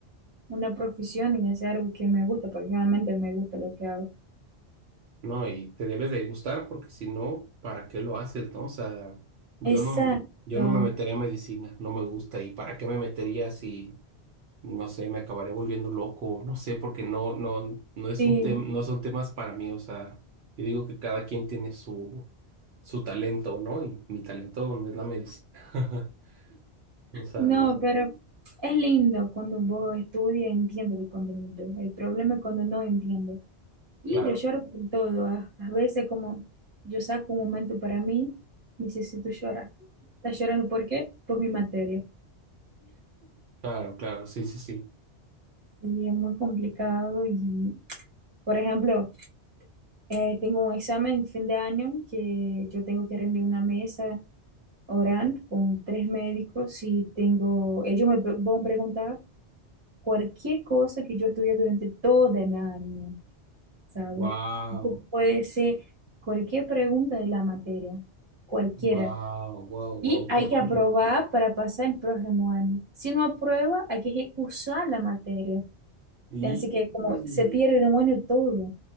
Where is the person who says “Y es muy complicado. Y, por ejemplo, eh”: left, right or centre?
Right